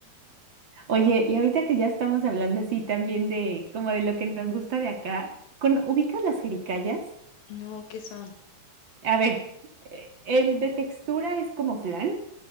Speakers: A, on the right; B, on the left.
A: Oye, y ahorita que ya estamos hablando así también de como de lo que nos gusta de acá, ¿con, ubicas las jericayas?
B: No, ¿qué son?
A: A ver, eh, el de textura es como flan,